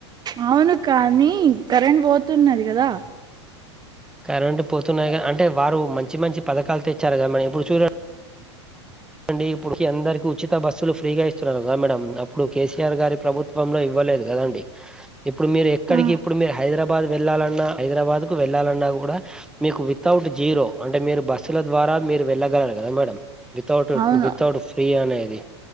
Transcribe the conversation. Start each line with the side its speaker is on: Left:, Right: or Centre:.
Right: అవును కానీ కరెంట్ పోతున్నది కదా
Centre: కరెంట్ పోతున్నాయి అంటే వారు మంచి మంచి పథకాలు తెచ్చారుగా మన ఇప్పుడు చూడ అండి ఇప్పుడు అందరికి ఉచిత బస్సులు ఫ్రీగా ఇస్తున్నారు కదా మేడం అప్పుడు కేసీఆర్ గారి ప్రభుత్వంలో ఇవ్వలేదు కదా అండి ఇప్పుడు మీరు ఎక్కడికి
Right: ఆ
Centre: ఇప్పుడు మీరు హైదరాబాద్ వెళ్ళాలన్నా హైదరాబాద్ కు వెళ్ళాలన్నా కూడా మీకు వితౌట్ జీరో అంటే మీరు బస్సుల ద్వారా మీరు వెళ్ళగలరు కదా మేడం వితౌట్
Right: అవును
Centre: వితౌట్ ఫ్రీ అనేది